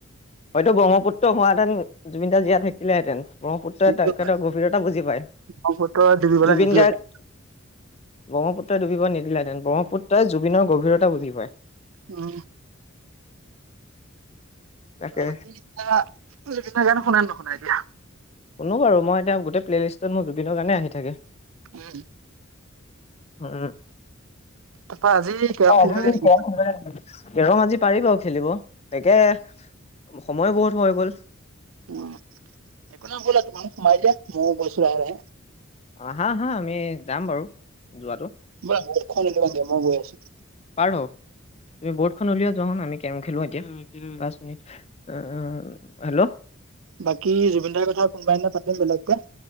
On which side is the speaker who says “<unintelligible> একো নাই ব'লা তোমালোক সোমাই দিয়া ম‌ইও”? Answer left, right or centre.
Right